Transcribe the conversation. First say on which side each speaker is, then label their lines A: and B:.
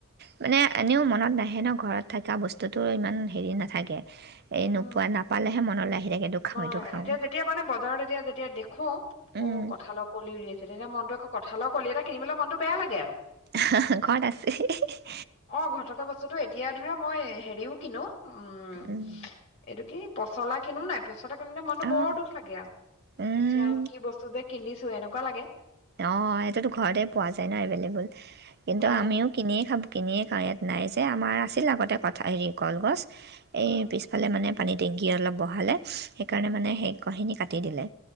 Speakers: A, on the right; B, on the left.
A: মানে এনেও মনত নাহে। হৱ এনেও ঘৰত থকা বস্তুটো ইমান হেৰি নাথাকে। এই নোপোৱা
B: উম,
A: নাপালেহে মনলৈ আহি থাকে এইটো খাওঁ
B: মই
A: এইটো খাওঁ
B: এতিয়া যেতিয়া মানে বজাৰত এতিয়া যেতিয়া দেখো,
A: উম,
B: অ', কঠালৰ কলি উলিয়াইছে তেতিয়া মনটোৱে কঁঠালৰ কলি এটা কিনিবলৈ মনটো বেয়া লাগে আৰু।
A: <unintelligible> ক'ত আছে? <unintelligible>
B: অ', ঘৰত থকা বস্তুতো এতিয়া ধৰা মই হেৰিও কিনো। অ',
A: উম,
B: এইটো কি? পচলা কিনো নাই পচলা। <unintelligible> মনতো
A: অ',
B: বৰ দুখ লাগে আৰু
A: উম,
B: ইচৰাম কি বস্তু যে। কিনিছো এনেকুৱা লাগে।
A: অ', এইটোতো ঘৰতে পোৱা যায় ন এভেইলেবল। কিন্তু
B: অ
A: আমিও কিনিয়ে খাব কিনিয়ে খাওঁ ইয়াত নাই যে আমাৰ আছিল আগতে কঠাল হেৰি কলগছ। এই
B: উম
A: পিছফালে মানে। পানী টেংকী অলপ বঢ়ালে, সেইকাৰণে মানে, সেই <unintelligible> কাটি দিলে।